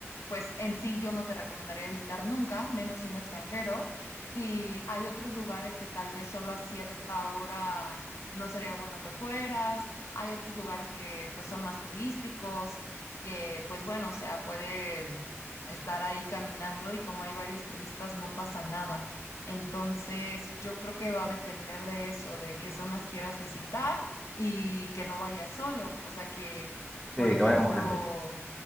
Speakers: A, on the left; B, in the centre.
A: pues en sí yo no te recomendaría visitar nunca, menos siendo extranjero. Y hay otros lugares que tal vez solo a cierta hora no sería bueno que fueras. Hay otros lugares que pues son más turísticos, que pues bueno, o sea, puedes estar ahí caminando y como hay varios turistas, no pasa nada. Entonces, yo creo que va a depender de eso, de qué zonas quieras visitar y que no vayas solo. O sea, que,
B: sí,
A: por
B: que
A: ejemplo,
B: vaya con gente.